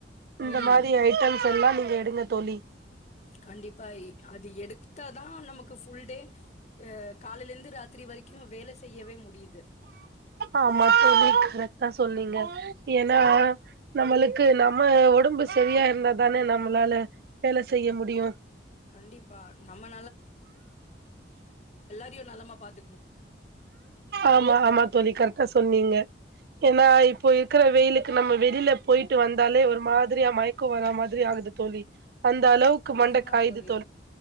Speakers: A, on the right; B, on the left.
A: இந்த
B: ம்
A: மாரி ஐட்டம்ஸ் எல்லாம் நீ எடுங்க தோழி
B: கண்டிப்பா அது எடுத்தா தா நமக்கு ஃபுல் டே அ காலைல இருந்து ராத்திரி வரைக்கும் வேல செய்யவே முடியுது
A: ஆமா தோழி ரத்தா சொன்னீங்க ஏனா நம்மளுக்கு நம்ம ஒடம்பு சரியா இருந்தா தானே நம்மளால வேல செய்ய ‌முடியு
B: கண்டிப்பா நம்ம த்தியு நலமா பாத்
A: ஆமா ஆமா தோழி கரெட்டா சொ சொன்னீங்க ஏனா இப்போ இருக்குற வெயிலுக்கு நம்ம வெளில போயிட்டு வந்தாலே ஒரு மாதிரியா மயக்கம் வரா மாதிரி ஆகுது தோழி அந்த அளவுக்கு
B: நிஜமா
A: மண்ட காயுது
B: தோழி